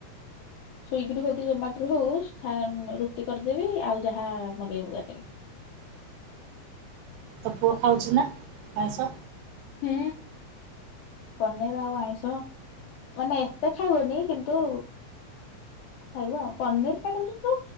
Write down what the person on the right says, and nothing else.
ତ ପୁଅ ଖାଉଚି ନା ଆଇଁସ?